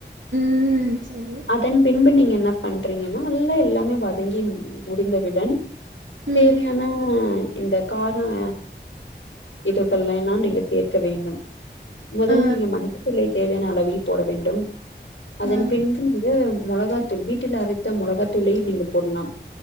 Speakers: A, on the right; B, on the left.
A: ம் சரி
B: அதன் பின்பு நீங்க என்ன பண்றீங்கன்னா நல்ல எல்லாமே வ தங்கி முடிந்தவுடன்
A: ம்
B: தேவையான இந்த காரம் இதுகள்லைலா நீங்க சேக்க வேண்டும் மொதல்
A: ஆ
B: நீங்க மஞ்சத்தூளை தேவையான அளவில் போட வேண்டும் அதன்
A: ஆ
B: பின்பு நீங்க மொளகா தூள் வீட்டில் அரைத்த மொளகா தூளையு நீங்க போட்னு